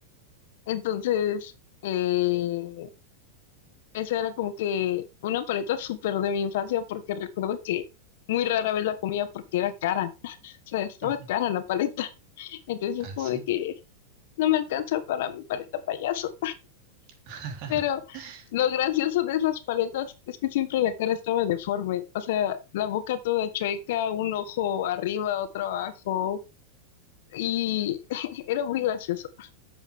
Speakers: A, on the left; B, on the right.
A: Entonces, eh, esa era como que una paleta súper de mi infancia porque recuerdo que muy rara vez la comía porque era cara. <laughs> O sea, estaba
B: <laughs>
A: cara la paleta. <laughs> Entonces,
B: Ah,
A: como
B: sí.
A: de que no me alcanza para mi paleta payaso.
B: <laughs>
A: Pero lo gracioso de esas paletas es que siempre la cara estaba deforme, o sea, la boca toda chueca, un ojo arriba, otro abajo, y <laughs> era muy gracioso.